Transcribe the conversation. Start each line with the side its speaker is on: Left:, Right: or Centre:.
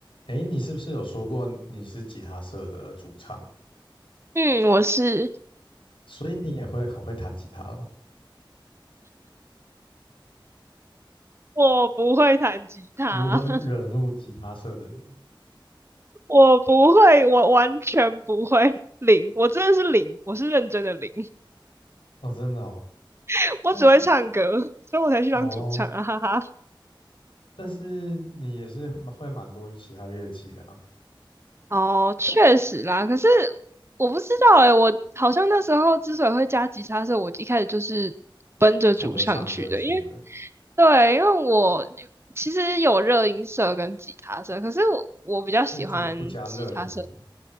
Left: 诶，你是不是有说过你是吉他社的主唱，
Right: 嗯，我是，
Left: 所以你也会很会弹吉他哦？
Right: 我不会弹吉他，
Left: 如何惹怒吉他社的人？
Right: <laughs> 我不会，我完全不会，零，我真的是零，我是认真的零，
Left: 哦，真的哦，
Right: <laughs> 我只会唱歌，
Left: 但是
Right: 所以我才去当主唱啊哈哈。
Left: 哦，但是你也是蛮会蛮多其他乐器的啊，
Right: 哦，确实啦。可是我不知道诶，我好像那时候之所以会加吉他的时候我一开始就是奔着主唱去的，
Left: 冲着唱歌去的，
Right: 因为对，因为我其实有热音社跟吉他社，可是我我比较喜欢吉他社
Left: 那你怎么不加热音？